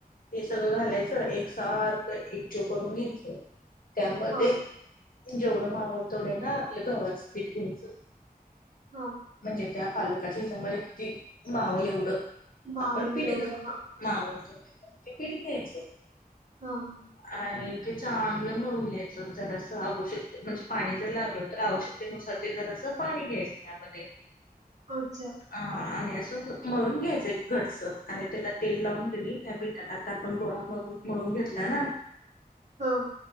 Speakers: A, on the left (about 60°); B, on the right (about 45°).
A: हे सगळं घालायचं, एकसारखं एकजीव करून घ्यायचंय. त्यामध्ये
B: हां,
A: जेवढं मावोल तेवढं ना आपलं गव्हाच पीठ घ्यायचं.
B: हां.
A: म्हणजे त्या पालकाच्या याच्या मध्ये किती मावल एवढं.
B: मावेल
A: आपण पिट
B: तेवढं.
A: घा
B: हां.
A: मावलं तेवढं ते पीठ घ्यायचं.
B: हा हा!
A: आणि ते चांगलं मळुन घ्यायचं जरांअसं आवोशकते म्हणजे पाणी जर लागल तर आवशक. ते नुसाठी जरास पाणी घ्यायचं त्यामध्ये.
B: अच्छा!
A: हा आणि असं मळून घ्यायचं एक घटस आणि त्याला तेल लावून तेनी. पिठात आता आपण गोळा मरुन मळून घेतला ना.
B: हं!